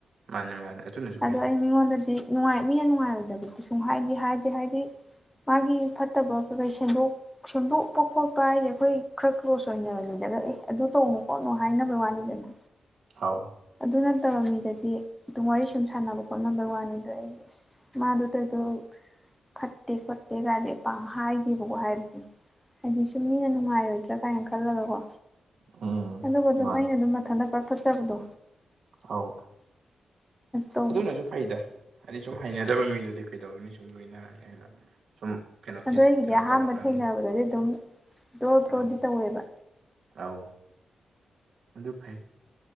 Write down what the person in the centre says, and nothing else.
ꯑꯗꯣ
ꯑꯩ ꯃꯤꯉꯣꯟꯗꯗꯤ ꯅꯨꯡꯉꯥꯏ ꯃꯤꯅ ꯅꯨꯡꯉꯥꯏꯔꯣꯏꯗꯕꯗꯤ ꯁꯨꯡ ꯍꯥꯏꯗꯤ ꯍꯥꯏꯗꯤ ꯍꯥꯏꯗꯤ ꯃꯥꯒꯤ ꯐꯠꯇꯕ ꯀꯩꯩ ꯁꯦꯝꯗꯣꯛ ꯁꯦꯝꯗꯣꯛꯄ ꯈꯣꯠꯄ ꯍꯥꯏꯁꯦ ꯑꯩꯈꯣꯏ ꯈꯔ ꯀ꯭ꯂꯣꯁ ꯑꯣꯏꯅꯔꯗꯤꯅꯦ ꯑꯗ ꯑꯦ ꯑꯗꯨ ꯇꯧꯅꯨ ꯈꯣꯠꯅꯨ ꯍꯥꯏꯅꯕ ꯋꯥꯅꯤꯗꯅ
ꯑꯗꯨ ꯅꯠꯇꯕ ꯃꯤꯗꯗꯤ ꯑꯗꯨꯝ ꯋꯥꯔꯤ ꯁꯨꯝ ꯁꯥꯟꯅꯕ ꯈꯣꯠ ꯅꯕꯩ ꯋꯥꯟꯅꯤꯗꯣ ꯃꯥꯗꯨ ꯇꯩꯗꯣ ꯐꯠꯇꯦ ꯈꯣꯠꯇꯦ ꯀꯥꯏꯗꯦ ꯄꯥꯡ ꯍꯥꯏꯗꯦꯕꯀꯣ ꯍꯥꯏꯕꯗꯤ ꯍꯥꯏꯗꯤ ꯁꯨꯝ ꯃꯤꯅ ꯅꯨꯡꯉꯥꯏꯔꯣꯏꯗ꯭ꯔꯥ ꯀꯥꯏꯅ ꯈꯜꯂꯒ ꯀꯣ
ꯑꯗꯨꯒ ꯑꯗꯨꯝ
ꯑꯩꯅ ꯑꯗꯨꯝ ꯃꯊꯟꯗ ꯀꯠꯊꯠꯆꯕꯗꯣ
ꯇꯧꯕ
ꯑꯗꯣ ꯑꯩꯒꯤꯗꯤ
ꯑꯍꯥꯝꯕ
ꯊꯦꯡꯅꯕꯗꯗꯤ ꯑꯗꯨꯝ ꯗ꯭ꯔꯣ ꯗ꯭ꯔꯣꯗꯤ
ꯇꯧꯋꯦꯕ